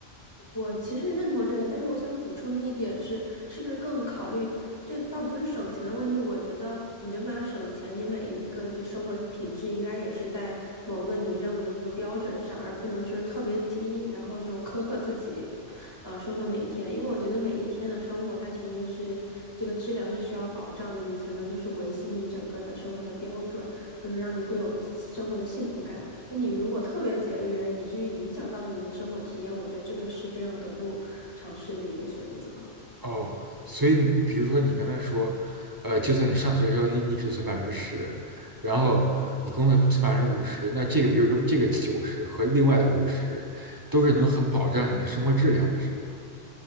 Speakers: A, on the left (about 20°); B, on the right (about 30°).
A: 我其实认同这点，但是我想补充的一点是，是不是更考虑这倒不是省钱的问题？我觉得你就算省钱，你每一个这生活品质应该也是在某个你认为这个标准上，而不能就是特别低，然后就苛刻自己，呃，生活每一天。因为我觉得每一天的生活，它其实是这个质量是需要保障的，你才能就是维系你整个的生活的标准。就是让你会有生活的幸福感。那你如果特别节约，以至于影响到了你的生活体验，我觉得这个是非常得不偿失的一个选择。
B: 哦。所以你比如说你刚才说，呃，就算你上学的时候你你只存百分之十，然后你工作存百分之五十，那这个比如这个九十和另外的五十，都是能很保障你的生活质量的，是吧？<laughs>